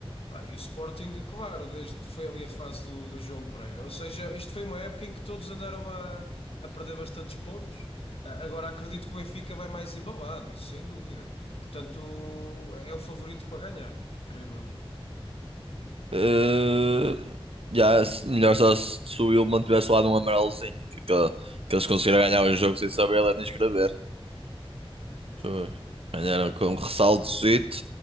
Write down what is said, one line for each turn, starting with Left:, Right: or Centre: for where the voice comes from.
Left: Bem, e o Sporting, claro, desde foi ali a fase do, do João Pereira. Ou seja, isto foi uma época em que todos andaram a, a perder bastantes pontos. A- Agora acredito que o Benfica vai mais embalado, isso sem dúvida. Portanto, é o favorito para ganhar, creio eu.
Right: Eh, já, se- melhor só se, se o Wilman tivesse lá de um amarelozinho, que, que, que eles conseguiram ganhar o jogo sem saber ler nem escrever. Foi. Mas era com um ressaltozito